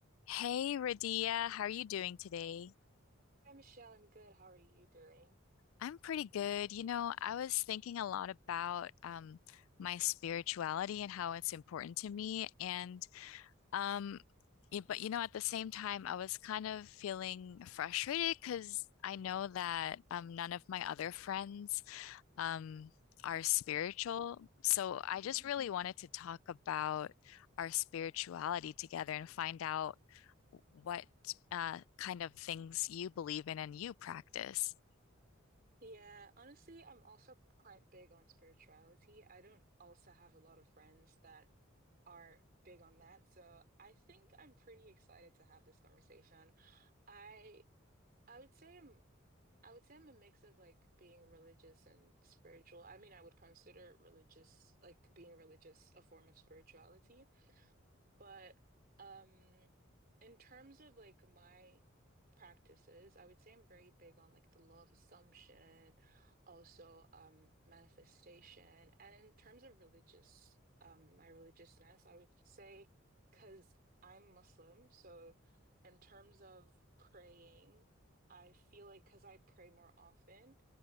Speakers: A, on the left (about 85°); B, on the right (about 45°).
A: Hey, Radia, how are you doing today?
B: Hi, Michelle. I'm good. How are you doing?
A: I'm pretty good. You know, I was thinking a lot about um, my spirituality and how it's important to me. And, um, yeah, but you know, at the same time, I was kind of feeling frustrated because I know that um, none of my other friends um, are spiritual. So I
B: Mm-hmm.
A: just really wanted to talk about our spirituality together and find out what uh, kind of things you believe in and you practice.
B: Yeah, honestly, I'm also quite big on spirituality. I don't also have a lot of friends that are big on that, so I think I'm pretty excited to have this conversation. I I would say I'm I would say I'm a mix of like being religious and spiritual. I mean, I would consider religious, like being religious, a form of spirituality. But um in terms of like my practices, I would say I'm very big on like the law of assumption, also um manifestation. And in terms of religious um my religiousness, I would say because I'm Muslim, so in terms of praying, I feel like because I pray more often,